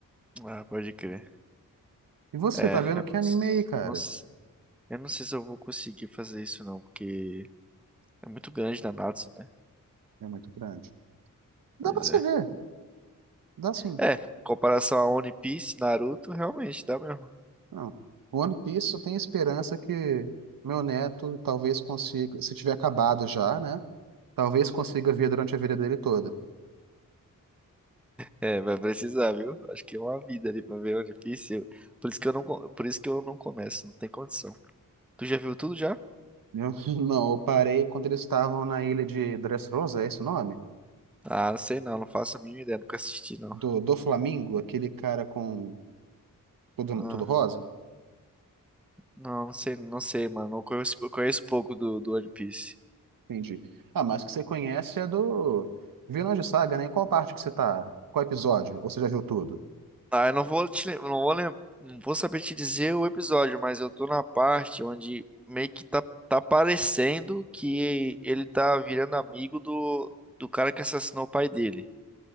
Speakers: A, in the centre; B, on the right.
A: Ah, pode crer.
B: E você,
A: É,
B: tá vendo
A: eu
B: que
A: não,
B: anime
A: s-
B: aí, cara?
A: eu não, s- eu não sei se eu vou conseguir fazer isso não, porque é muito grande Nanatsu, né?
B: É muito grande. Dá
A: Pois
B: pra você
A: é.
B: ver, dá sim.
A: É, em comparação a One Piece, Naruto, realmente dá mesmo.
B: Não. O One Piece eu tenho esperança que meu neto talvez consiga, se tiver acabado já, né? Talvez consiga ver durante a vida dele toda.
A: É, vai precisar, viu? Acho que é uma vida ali pra ver, o difícil. Por isso que eu não, co- por isso que eu não começo, não tem condição. Tu já viu tudo já?
B: Eu, <laughs> não, eu parei quando eles estavam na ilha de Dressrosa, é esse o nome?
A: Ah, não sei não, não faço a mínima ideia, nunca assisti não.
B: Do, do Flamingo, aquele cara com tudo,
A: Ah,
B: tudo rosa?
A: não, não sei, não sei, mano, não conheço, eu conheço pouco do, do One Piece.
B: Entendi. Ah, mas que você conhece é do Vilões de Saga, né? Em qual parte que você tá? Qual episódio? Ou você já viu tudo?
A: Ah, eu não vou te, lem- não vou lem- não vou saber te dizer o episódio, mas eu tô na parte onde meio que tá, tá parecendo que ele tá virando amigo do, do cara que assassinou o pai dele.